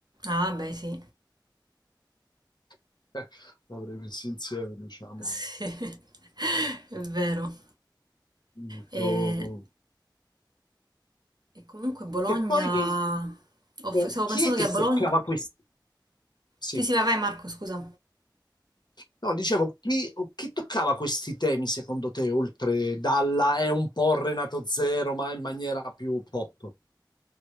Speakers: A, on the right (about 60°); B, on the left (about 60°).
A: ah beh sì,
B: <laughs> L'avrei messo insieme, diciamo.
A: sì, <laughs> è vero.
B: Dico-
A: E, e comunque Bologna,
B: Che poi
A: ho-
B: eh,
A: stavo
B: chi
A: pensando
B: è che
A: che a Bologna...
B: toccava questi Sì.
A: Sì, sì, vai, vai Marco, scusa.
B: No, dicevo, chi, chi toccava questi temi secondo te, oltre Dalla è un po' Renato Zero, ma in maniera più pop?